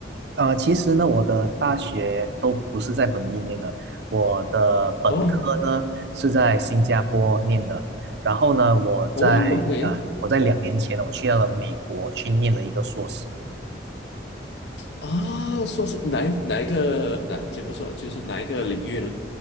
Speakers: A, on the right; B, on the left.
A: 呃，其实呢，我的大学都不是在本地念的，我的本科呢是在新加坡念的，
B: 哦，
A: 然后呢，我在呃，
B: 哦，OK，
A: 我在两年前呢，我去到了美国去念了一个硕士。
B: 啊，说是哪一哪一个哪怎么说，就是哪一个领域呢？